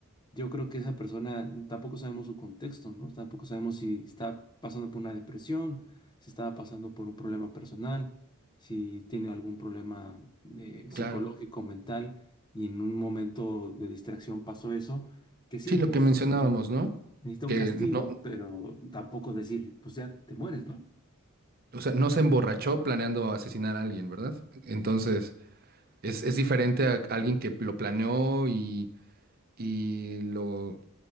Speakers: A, on the left (about 20°); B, on the right (about 45°).
A: Yo creo que esa persona tampoco sabemos su contexto, ¿no? Tampoco sabemos si está pasando por una depresión, si estaba pasando por un problema personal, si tiene algún problema eh,
B: Claro.
A: psicológico, mental, y en un momento de distracción pasó eso, que sí,
B: Sí, lo
A: necesi-
B: que mencionábamos, ¿no?
A: necesita
B: Que
A: un castigo,
B: no,
A: pero tampoco decir, pues ya te mueres, ¿no?
B: o sea, no se emborrachó planeando asesinar a alguien, ¿verdad? Entonces, es, es diferente a alguien que lo planeó y, y lo,